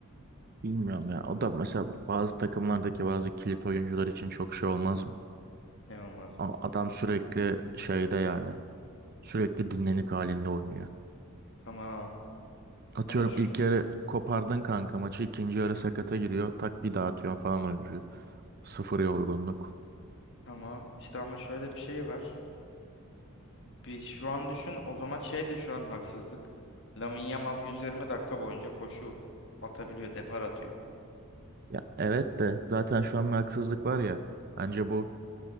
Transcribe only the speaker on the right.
Bilmiyorum ya. O da mesela bazı takımlardaki bazı kilit oyuncular için çok şey olmaz mı?
A- Adam sürekli şeyde yani. Sürekli dinlenik halinde oynuyor.
Atıyorum
ilk yarı kopardın kanka maçı. ikinci yarı sakata giriyor. Tak bir daha atıyorsun falan oyuncuyu. Sıfır yorgunluk.
Ya evet de zaten şu an bir haksızlık var ya. Bence
bu